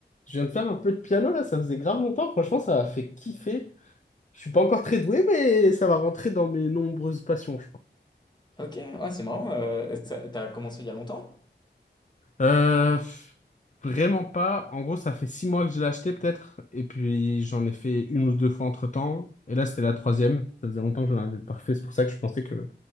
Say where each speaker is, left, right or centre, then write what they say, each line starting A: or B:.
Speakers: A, on the left (about 40°); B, on the left (about 25°).
A: Je viens de faire un peu de piano là, ça faisait grave longtemps. Franchement, ça m'a fait kiffer. Je suis pas encore très doué, mais ça va rentrer dans mes nombreuses passions, je pense.
B: Ok, ah c'est marrant. euh, ça- t'as commencé il y a longtemps?
A: Euh, pff, vraiment pas. En gros, ça fait six mois que je l'ai acheté peut-être, et puis j'en ai fait une ou deux fois entre-temps. Et là, c'était la troisième. Ça faisait longtemps que j'en avais pas refait. C'est pour ça que je pensais que